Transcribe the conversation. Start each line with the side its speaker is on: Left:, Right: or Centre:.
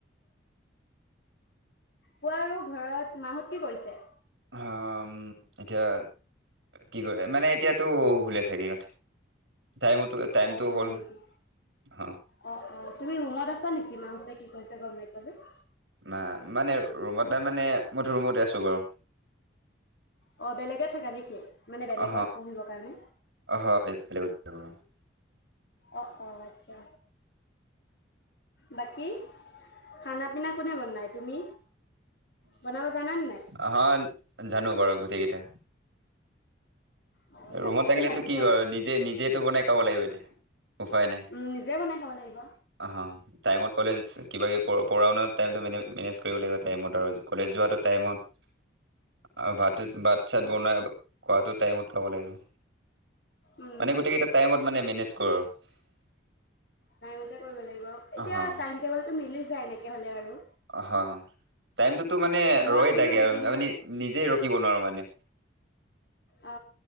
Left: কোৱা ৰু ঘৰত মাহঁত কি কৰিছে?
Right: হম এতিয়া কি কৰে মানে এতিয়াতো শুলে ছাগে ইহঁতে টাইমতো টাইমটো
Left: অ শুলে
Right: হ'ল ন
Left: নেকি
Right: অ
Left: অ অ তুমি ৰুমত আছা নেকি, মাহতে কি কৰিছে গম নাইপোৱা যে?
Right: না মানে ৰুমত নাই মানে মইটো ৰুমতে আছো বাৰু
Left: অহ, বেলেগেত থাকা নেকি? মানে বেলেগত
Right: অ
Left: পঢ়িব কাৰণে।
Right: <unintelligible>
Left: অ' অ' আচ্ছা। বাকী খানা-পিনা? কোনে বনাই তুমি, বনাব জানানে নাই?
Right: অ'হ জানো বাৰু গোটেই কেইটা
Left: অ জানিবতো
Right: ৰুমত থাকিলেতো
Left: লাগিবই।
Right: কি হয়, নিজ- জে, নিজেতো বনাই খাব লাগিব এতিয়া। উপায় নাই।
Left: উম নিজে বনাই খাব লাগিব।
Right: হ'। টাইমত কলেজ কিবাকিবি প-পঢ়া-শুনা টাইমটো মেনে-মেনেজ কৰিব লাগিব টাইমত আৰু। কলেজ যোৱাটো টাইমত - <inaudible> আৰু ভাতত ভাত চাত বনাই খোৱাটো টাইমত খাব লাগিব
Left: উম
Right: মানে গোটেই কেইটা টাইমত মানে মেনেজ কৰোঁ আৰু
Left: টাইমতে কৰিব লাগিব এতিয়া
Right: হা
Left: টাইম টেবুলটো মিলি যায় এনেকে হ'লে আৰু
Right: অ হ টাইমটোতো মানে
Left: মই
Right: ৰয়ে
Left: আছিলো
Right: থাকে
Left: দুদিন
Right: আৰু আমি নিজে ৰখিব নোৱাৰো মানে
Left: অ